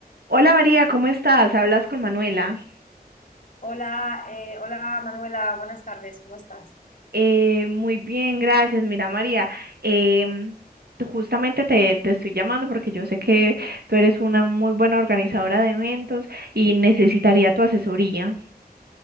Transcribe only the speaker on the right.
Hola María, ¿cómo estás? Hablas con Manuela.
Eh, muy bien, gracias. Mira María, em, tú- justamente te, te estoy llamando porque yo sé que tú eres una muy buena organizadora de eventos y necesitaría tu asesoría.